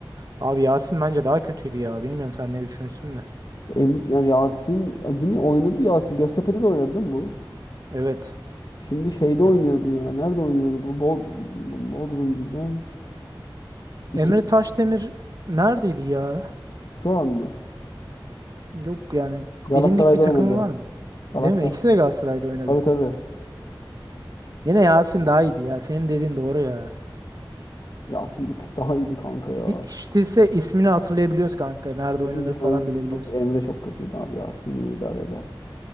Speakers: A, on the right (about 45°); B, on the left (about 50°).
A: Abi Yasin bence daha kötüydü ya. Bilmiyorum sen ne düşünürsün de.
B: Em, yani Yasin yine oynadı Yasin. Göztepe'de de oynadı değil mi bu?
A: Evet.
B: Şimdi şeyde oynuyordu
A: Ya,
B: ya. Nerede oynuyordu? Bu Bod Bodrum diyeceğim. İki
A: Emre Taşdemir neredeydi ya?
B: şu an mı?
A: Yok yani
B: Galatasaray'da
A: bilindik bir takımı
B: oynadı.
A: var mı?
B: Galatasaray.
A: Değil mi? İkisi de Galatasaray'da oynadı.
B: Tabii tabii.
A: Yine Yasin daha iyiydi ya. Senin dediğin doğru ya.
B: Yasin bir tık daha iyiydi kanka ya.
A: Hi- Hiç değilse ismini hatırlayabiliyoruz kanka. Nerede
B: Tabii
A: oynadığını
B: canım.
A: falan bilebiliyoruz.
B: Tabii Emre çok kötüydü abi. Yasin iyi idare eder.